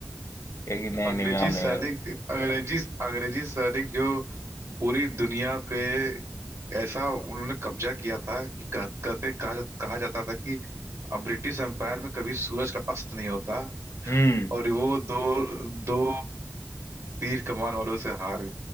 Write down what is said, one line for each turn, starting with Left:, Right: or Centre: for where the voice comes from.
Left: है कि नहीं
Right: अंग्रेजी
Left: निविया होने
Right: सैनिक
Left: वाला
Right: अंग्रेजी अंग्रेजी सैनिक जो पूरी दुनिया पे ऐसा उन्होंने कब्जा किया था कि कह, कहते कहा, जा, कहा जाता था कि अब ब्रिटिश एम्पायर में कभी सूरज का अस्त नहीं होता
Left: हम्म
Right: और वो दो दो तीर कमान वालों से हार